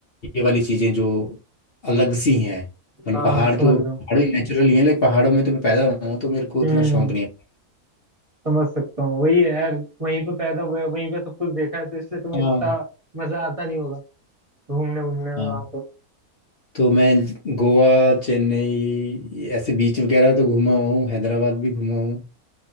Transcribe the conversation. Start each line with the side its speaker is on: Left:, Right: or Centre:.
Left: ये वाली चीज़ें जो अलग सी हैं मतलब
Right: हाँ
Left: पहाड़
Right: समझ
Left: तो पहाड़
Right: रहा हूँ
Left: भी नेचुरल ही हैं लेकिन पहाड़ों में तो मैं पैदा हुआ हूँ तो मेरे को
Right: हम्म
Left: उतना शौक नहीं है
Right: समझ सकता हूँ वही है यार वहीं पे पैदा हुए वहीं पे सब कुछ देखा है तो इसलिए तुम्हें
Left: हाँ
Right: इतना मजा आता नहीं होगा घूमने घूमने
Left: हाँ
Right: में वहां तो
Left: तो मैं गोवा चेन्नई ऐसे बीच वगैरह तो घूमा हुआ हूँ हैदराबाद भी घूमा हूँ